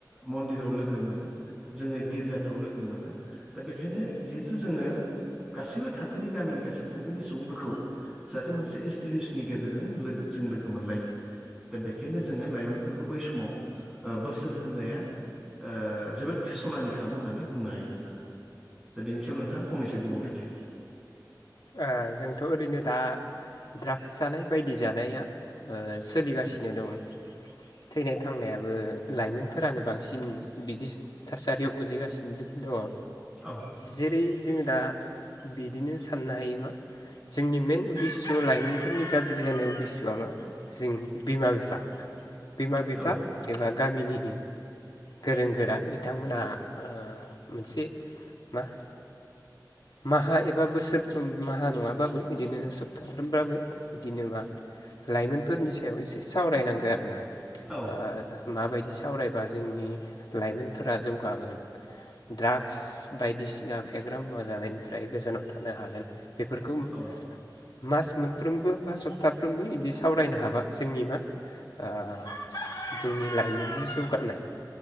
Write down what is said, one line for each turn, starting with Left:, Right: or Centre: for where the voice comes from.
Centre: मन्दिराव लोगो मोनो। जोङो गिर्जाफ्राव लोगो मोनो। दा बेखायनो जिहेथु जोङो गासैबो थाखोनि गामिनि गासैबो थाखोनि सुबुंफोरखौ जाहाथे मोनसे इनस्टिटिउसननि गेजेरजों लो जों लोगो मोनलायो। दा बेखायनो जोङो लाइमोनफोरखौ बै समाव ओ बोसोन होनाया। ओ जोबोद सनानि खाबु होननानै बुंनो हायो <unintelligible> दा बेनि सायाव नोंथाङा फंनैसो बुंबावदो दे।
Left: ओ जोंथ' ओरैनो दा ड्राग्स जानाय बायदि जानाया ओ सोलिगासिनो दङ। थैनाय थांनायाबो लाइमोनफोरानो बांसिन बिदि थासारियाव गोलैगासिनो दङ।
Centre: औ
Left: जेरै जोङो दा बिदिनो साननो हायो मा जोंनि मेन उदेस्स' लाइमोनफोरनि गाज्रि जानाय उदेस्स'आ मा जों बिमा बिफा बिमा बिफा
Centre: औ
Left: एबा गामिनि गोरों गोरा बिथांमोनहा ओ मोनसे मा माहा एबा बोसोरफ्रोम माहा नङाबाबो बिदिनो सप्ताफ्रोमबाबो बिदि नोङा। लाइमोनफोरनि सायाव एसे सावरायनांगौ आरोना
Centre: औ
Left: ओ माबायदि सावरायबा जोंनि लाइमोनफोरा जौगागोन। ड्राग्स बायदिसिना फेग्रा मुवा जानायनिफ्राय गोजानाव थानो हागोन बेफोरखौ मो
Centre: औ
Left: मास मोनफ्रोमबो बा सप्ताफ्रोमबो बिदि सावरायनो हाबा जोंनि मा ओ जोंनि लाइमोननि जौगानाय